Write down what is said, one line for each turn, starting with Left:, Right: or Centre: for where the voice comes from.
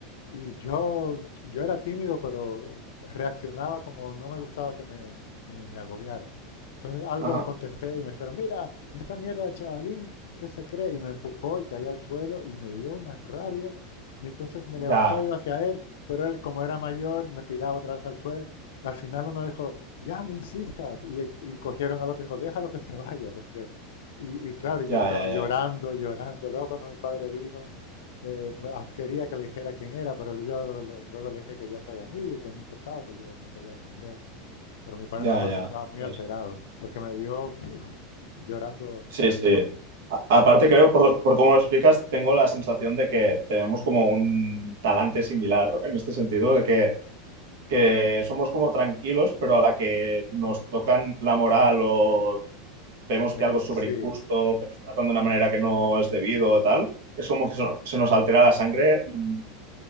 Left: Y yo, yo era tímido, pero eh, reaccionaba como no me gustaba que me, me, me agobiaran. Entonces algo
Right: ajá.
Left: le contesté y me dijeron, mira, esta mierda de chavalín, ¿qué se cree? Y me empujó y caí al suelo y me dio una rabia. Y entonces me
Right: Ya,
Left: levantaba y iba hacia él, pero él como era mayor me tiraba otra vez al suelo. al final uno dijo, ya no insistas. Y, y cogieron al otro y dijo, déjalo que se vaya, porque y, y claro, yo
Right: ya,
Left: estaba
Right: ya,
Left: llorando,
Right: ya,
Left: llorando. Luego cuando mi padre vino, eh, quería que le dijera quién era, pero yo luego le, luego le dije que ya se habían ido y que no importaba, que yo me podía defender. Pero mi padre
Right: ya,
Left: me acuerdo
Right: ya.
Left: que estaba muy
Right: Ostras.
Left: alterado, porque me vio uf, llorando.
Right: Sí, sí. A- aparte, creo, por, lo- por cómo lo explicas, tengo la sensación de que tenemos como un talante similar en este sentido, de que que somos como tranquilos, pero a la que nos tocan la moral o vemos
Left: Eh,
Right: que algo es súper
Left: sí,
Right: injusto, que nos tratan de una manera que no es debido o tal, es como que so- se nos altera la sangre, mm,